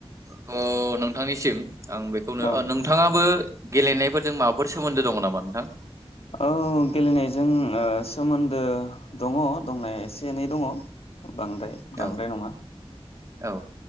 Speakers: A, on the right (about 30°); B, on the left (about 70°).
A: अ नों नोंथांनिसिम आं बेखौनो
B: औ
A: ओ नोंथाङाबो गेलेनायफोरजों माब फोर सोमोन्दो दं नामा? नोंथां?
B: औ गेलेनायजों ओ सोमोन्द दो दङ दंनाया एसे एनै दङ। बांद्राय बांद्राय
A: औ
B: नङा
A: औ